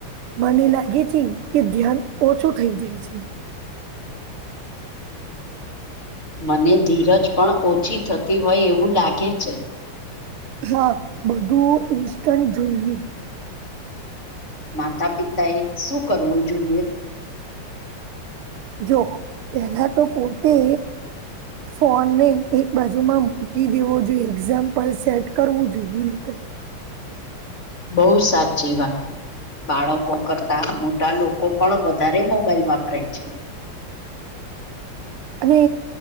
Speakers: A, on the right (about 85°); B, on the left (about 35°).
A: મને લાગે છે કે ધ્યાન ઓછું થઈ જાય છે
B: મને ધીરજ પણ ઓછી થતી હોય એવું લાગે છે
A: હા બધું ઇન્સ્ટન્ટ જોઈએ
B: માતા પિતાએ શું કરવું જોઈએ?
A: જો પેલા તો પોતે ફોનને એક બાજુમાં મૂકી દેવો જોઈએ એક્ઝામ્પલ સેટ કરવું જોઈએ લોકે.
B: બહુ સાચી વાત. બાળકો કરતા મોટા લોકો પણ વધારે મોબાાઈલ વાપરે છે.
A: અને